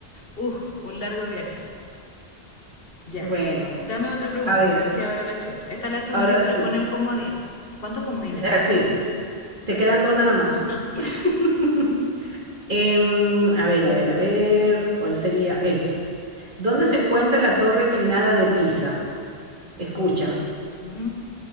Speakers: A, on the left; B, on the right.
A: Uf, un largo viaje. Ya.
B: Bueno, bueno.
A: Dame otra pregunta,
B: A ver,
A: a ver si ahora la chunto. Esta la chunté,
B: ahora
A: pero
B: sí.
A: con el comodín. ¿Cuántos comodines tengo?
B: Así. Te quedan dos nada más.
A: Ya.
B: <laughs> Em, a ver, a ver, a ver, ¿cuál sería esta? ¿Dónde se encuentra la torre inclinada de Pisa? Escucha,
A: Ujú.